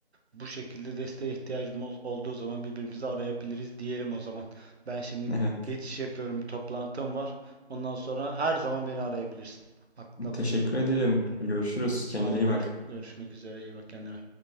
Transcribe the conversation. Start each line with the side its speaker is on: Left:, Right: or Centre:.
Right: Bu şekilde desteğe ihtiyacımız olduğu zaman birbirimizi arayabiliriz diyelim o zaman. Ben şimdi
Left: <laughs> Evet.
Right: geçiş yapıyorum, bir toplantım var. Ondan sonra her zaman beni arayabilirsin. Aklında
Left: Teşekkür
Right: bulunsun.
Left: ederim. Görüşürüz. Kendine
Right: Hadi
Left: iyi
Right: gör,
Left: bak.
Right: görüşmek üzere. iyi bak kendine.